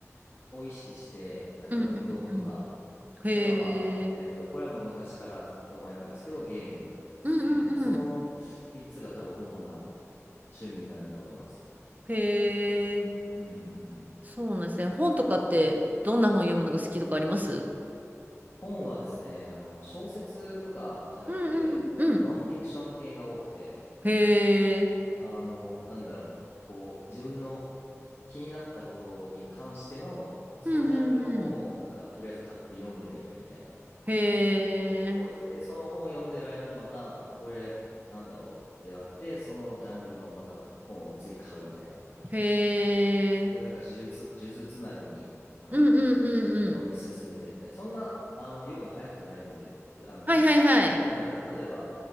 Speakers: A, on the left; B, on the right.
A: を意識して、なんか運動とか、
B: うんうんうん。へえ。
A: あとはまあ、えっと、これは昔からずっと前からですけど、ゲームですね。
B: うんうんうん。
A: その3つが多分主な趣味になると思います。
B: へえ。
A: うんうんうん。
B: そうなんですね。本とかって、どんな本読むのが好きとかあります
A: 本はですね、あの、小説とかじゃなくて、
B: うんうんうん。
A: あの、ノンフィクション系が多くて、
B: へえ。
A: あの、なんだろう。こう、自分の気になったことに関しての、そのジャンルの本をなんかとりあえず買って読んでみるみたいな、
B: うんうんうん。へえ。
A: 多いですね。で、その本を読んでる間にまた、あ、これなんだろうってなって、そのジャンルのまた本を次買うみたいな、
B: へえ。
A: そういうなんか呪術、呪術つなぎに、あの、
B: うんうんうんうん。
A: 読み進めていったり、そんな、あの、読むの早くないんで、あの、
B: はいはいはい。
A: なんだろう、例えば、